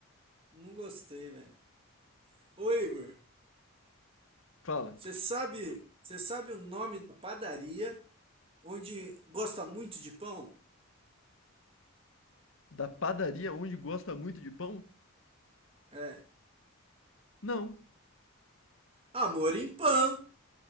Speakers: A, on the right (about 25°); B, on the left (about 60°).
A: Não gostei, velho. Ô, Igor,
B: Fala,
A: você sabe, você sabe o nome da padaria onde gosta muito de pão?
B: da padaria onde gosta muito de pão?
A: É.
B: Não.
A: Amor em Pão.